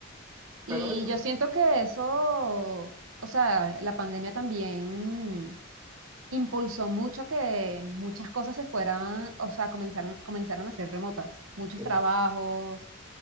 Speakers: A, on the right (about 20°); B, on the right (about 75°).
A: pero
B: Y
A: eso,
B: yo siento que eso, o sea, la pandemia también impulsó mucho a que muchas cosas se fueran, o sea, comenzaron, comenzaron a ser remotas. Muchos
A: eh,
B: trabajos,